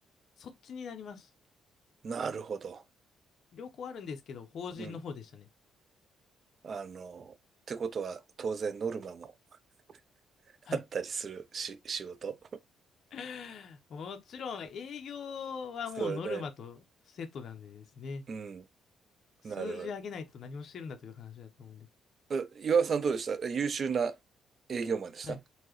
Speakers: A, on the left; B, on the right.
A: そっちになります。
B: なるほど。
A: 両方あるんですけど、法人の方でしたね。
B: うん。あの、ってことは、当然ノルマも <laughs>
A: はい。
B: あったりするし、仕事。
A: <laughs> もちろん、営業はもうノルマとセットなんでですね、
B: そうだね。うん。
A: 数字上げないと何をしてるんだという話だと思うんで。
B: なるほど。え岩尾さんどうでした優秀な営業マンでした
A: はい。